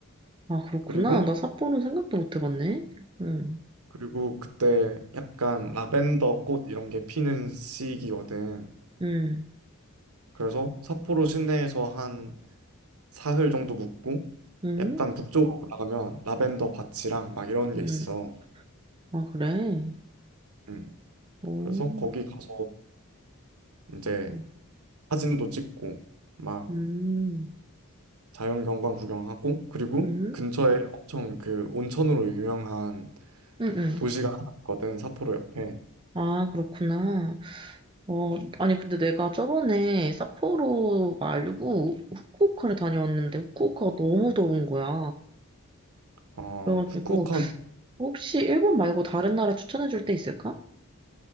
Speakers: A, on the right; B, on the right.
A: 아, 그렇구나.
B: 그리고
A: 나 삿포로 생각도 못 해봤네. 응,
B: 그리고 그때 약간 라벤더 꽃 이런 게 피는 시기거든.
A: 응,
B: 그래서 삿포로 시내에서 한 사흘 정도 묵고
A: 응,
B: 약간 북쪽으로 올라가면 라벤더 밭이랑 막 이런
A: 응.
B: 게 있어.
A: 아, 그래.
B: 음.
A: 오,
B: 그래서 거기 가서 이제
A: 어,
B: 사진도 찍고 막
A: 음,
B: 자연경관 구경하고 그리고
A: 응,
B: 근처에 엄청 그 온천으로 유명한
A: 응, 응.
B: 도시가 하나 있거든 삿포로 옆에
A: 아, 그렇구나. 어, 아니, 근데 내가 저번에 삿포로 말고 후쿠오카를 다녀왔는데 후쿠오카가 너무 더운 거야.
B: 어
A: 그래가지고
B: 후쿠오카는
A: 혹시 일본 말고 다른 나라 추천해 줄 데 있을까?